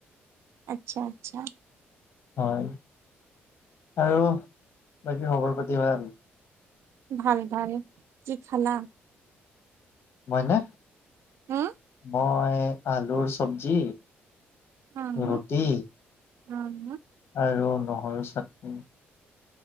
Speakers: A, on the right; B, on the left.
A: আচ্ছা আচ্ছা
B: হয় আৰু বাকী খবৰ পাতি হয় আৰু
A: ভাল ভাল কি খালা
B: মইনে
A: হুউ
B: মই আলুৰ চব্জি
A: উম
B: ৰুটি
A: উম
B: আৰু নহৰু চাটনি